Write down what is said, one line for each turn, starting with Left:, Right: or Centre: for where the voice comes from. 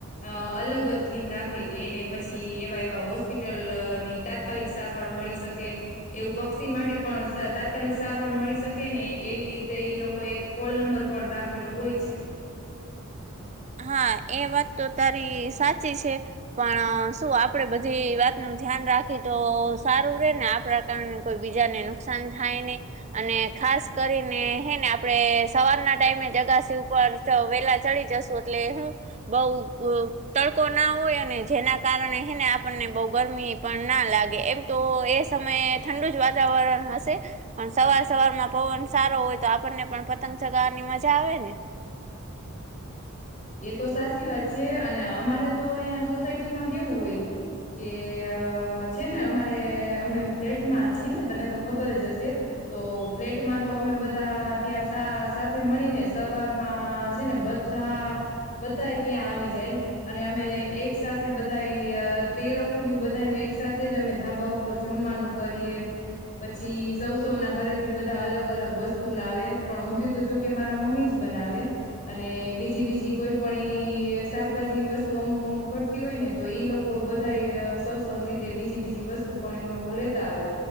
Left: અ અલગ જ થીમ રાખે કે એને પછી એવા એવા હોસ્ હોસ્પિટલની તાત્કાલિક સારવાર મળી શકે એવું પક્ષી માટે પણ સ તાત્કાલિક સારવાર મળી શકે ને એવી રીતે ઈ લોકો એક કોલ નંબર પણ રાખેલો હોય છે.
Right: હા એ વાત તો તારી સાચી છે પણ શું આપડે બધી વાત નુ ધ્યાન રાખી તો સારું રે ને આપણા કારણે કોઈ બીજાને નુકસાન થાય નહી અને ખાસ કરીને હેને આપડે સવારના ટાઈમે જગાસી ઉપર ચ વેલા ચડી જશું. એટલે હું બઉ ઉમ તડકો ના હોય અને જેના કારણે હે ને આપણને બઉ ગરમી પણ ના લાગે એમ તો એ સમયે ઠંડુ જ વાતાવરણ હશે પણ સવાર સવારમાં પવન સારો હોય તો આપણને પણ પતંગ ચગાવાની મજા આવે ને.
Left: એ તો સાચી વાત છે અને અમારે તો અહીંયા સોસાયટીમાં કેવું હોય કે અ છે ને અમારે અમે ફ્લેટમાં છીએ ને તને તો ખબર જ હશે તો ફ્લેટમાં તો અમે બધા ત્યાં સા સાથે મળીને સવારમાં છે ને બધા બધાય ત્યાં આવી જાય અને અમે એક સાથે બધાય અ તે લોકોનુય બધાનુ એક સાથે જ અમે ધાબા ઉપર જમવાનું કરીએ પછી સૌ સૌ ના ઘરેથી બધા અલગ અલગ વસ્તુ લાવે પણ ઊંધીયુ તો જોકે મારા મમ્મી જ બનાવે અને બીજી બીજી કોઈ પણ ઈ શાકભાજીની વસ્તુ અમુક અમુક ઘટતી હોય ને તો ઈ લોકો બધાય સવસવની રીતે બીજી બીજી વસ્તુ પણ ઈ લોકો લેતા આવે